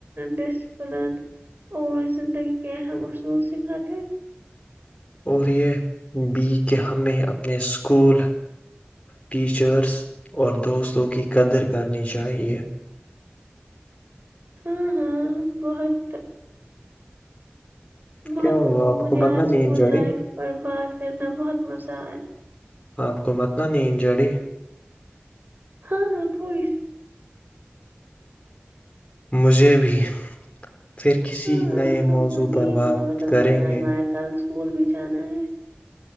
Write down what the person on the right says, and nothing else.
ڈسپلن اور زندگی کے اہم اصول سکھاتے
ہاں ہاں بہت بہت
خوب
مھے
اسکول
لائف پر بات کرنا بہت مزہ آیا
ہاں ہاں تھوڑی سی
ہاں ہاں
اب
تو نیند
کا مطلب
ٹائم
آیا کل اسکول بھی جانا ہے